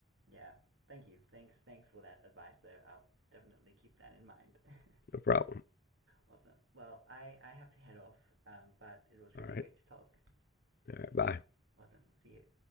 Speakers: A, on the right; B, on the left.
A: yeah. Thank you. Thanks. Thanks for that advice there. I'll definitely keep that in mind. <laughs>
B: No problem.
A: Awesome. Well, I I have to head off. Um, but it was really
B: All
A: great
B: right.
A: to talk.
B: All right. Bye.
A: Awesome. See you.